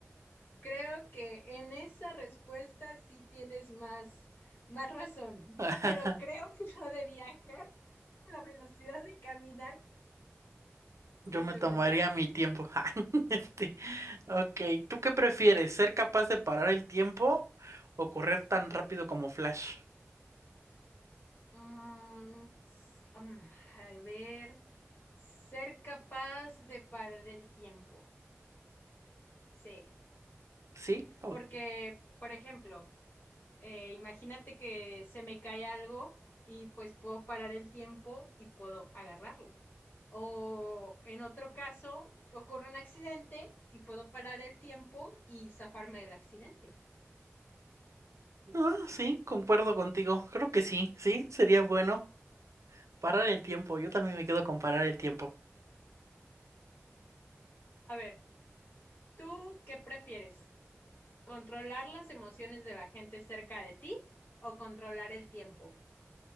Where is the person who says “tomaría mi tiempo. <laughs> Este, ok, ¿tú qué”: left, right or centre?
Right